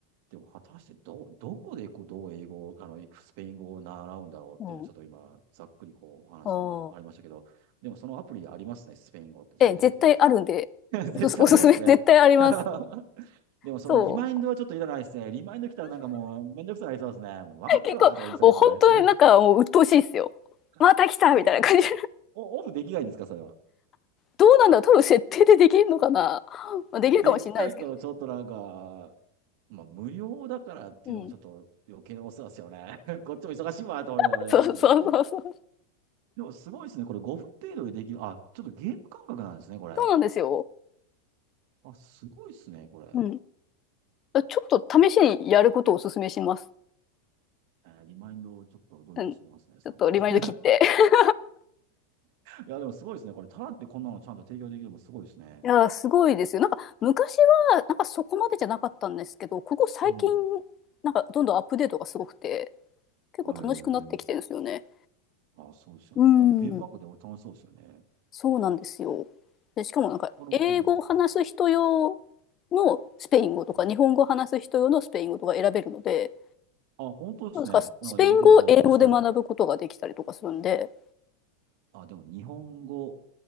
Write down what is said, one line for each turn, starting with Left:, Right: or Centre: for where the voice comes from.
Right: でも果たしてど、どこでこうどう英語、あの、スペイン語を習うんだろうっていうのはちょっと今、
Left: うん。
Right: ざっくりこうお話ともありましたけど、
Left: ああ。
Right: でもそのアプリでありますね、スペイン語ってちゃんと出てきてますね。
Left: え、絶対あるんで、
Right: <laughs>
Left: おすす、
Right: 絶対ありますね。
Left: おすすめ絶対あります。
Right: <laughs> でもそのリマインドはちょっといらないですね。
Left: そう。
Right: リマインド来たらなんかもうめんどくさくなりそうですね。もう分かってるわとか言いそうですよね。
Left: 結構、もう本当になんかもう鬱陶しいっすよ。
Right: <laughs>
Left: また来たみたいな感じ。
Right: え、オオフできないんですか、それは。
Left: どうなんだろう多分設定でできるのかな、まあ、できるかもしれないですけどね。
Right: できないとちょっとなんか、まあ無料だからっていうのもちょっと余計なお世話ですよね。
Left: うん。
Right: <laughs> こっちも忙しいわと思いながらやりますよね。
Left: <laughs> そうそうそうそう。
Right: でもすごいですね。これ5分程度でできる。あ、ちょっとゲーム感覚なんですね、これ。
Left: そうなんですよ。
Right: あ、すごいですね、これ。
Left: うん。ちょっと試しにやることをお勧めします。
Right: えーリマインドをちょっとどうにかしておきますね、
Left: うん。ちょっとリマインド切って。
Right: その前に。<laughs>
Left: <laughs>
Right: いや、でもすごいですね。これ、タラってこんなのちゃんと提供できるのもすごいですね。
Left: いやー、すごいですよ。なんか昔は、なんかそこまでじゃなかったんですけど、ここ最近、
Right: うん。
Left: なんかどんどんアップデートがすごくて、結構楽しくなってきてるんですよね。
Right: へえ。あ、そうですよね。
Left: うん。
Right: なんかゲーム感覚で楽しそうですよね。
Left: そうなんですよ。で、しかもなんか、
Right: あの、
Left: 英語を話す人用
Right: うん。
Left: のスペイン語とか、
Right: うん
Left: 日本語を話す人用のスペイン語とか選べるので、
Right: あ、本当ですね。
Left: なんですか、スペイン語を英語で学ぶことができたりとかするんで、
Right: なんか今見てると、確かに。あ、でも日本語